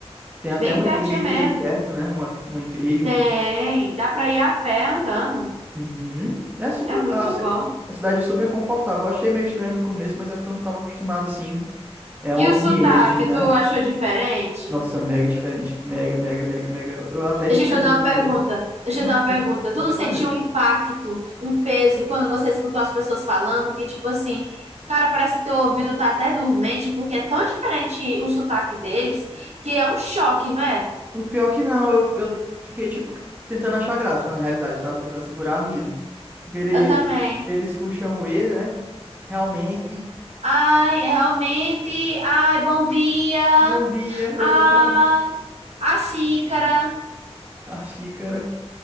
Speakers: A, on the right; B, on the right.
A: Tem até
B: bem
A: uma
B: pertinho
A: igreja
B: mesmo.
A: aí perto, né? Uma, uma igreja.
B: Tem,
A: um-
B: dá pra ir a pé andando.
A: Uhum. É super.
B: É muito
A: Ah, você-
B: bom.
A: a cidade é super confortável. Eu achei meio estranho no começo, mas é porque eu não estava acostumado assim. É um
B: E
A: ambiente,
B: o sotaque,
A: né?
B: tu achou diferente?
A: Nossa, mega diferente. Mega, mega, mega, mega. Eu até
B: Deixa
A: estranhei
B: eu te fazer uma
A: primeiro.
B: pergunta. Deixa
A: Eu
B: eu
A: não
B: te fazer
A: achei
B: uma pergunta.
A: que
B: Tu
A: pode
B: não sentiu
A: fazer.
B: um impacto, um peso, quando você escutou as pessoas falando que, tipo assim, cara, parece que teu ouvido tá até dormente, porque é tão diferente o sotaque deles, que é um choque, não é?
A: O pior que não, eu, eu fiquei, tipo, tentando achar graça, mas na realidade, eu tava tentando segurar o riso. Porque ele,
B: Eu também.
A: eles puxam o E, né? Realmente.
B: Ai, realmente. Ai, bom dia.
A: Bom dia, <laughs>
B: Ai,
A: exatamente.
B: a xícara.
A: A xícara.